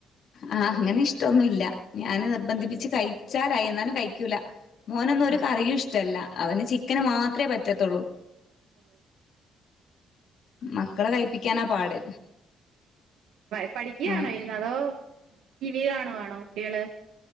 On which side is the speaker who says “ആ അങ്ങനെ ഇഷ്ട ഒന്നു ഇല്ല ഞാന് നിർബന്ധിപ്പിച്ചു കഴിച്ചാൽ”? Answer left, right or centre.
Left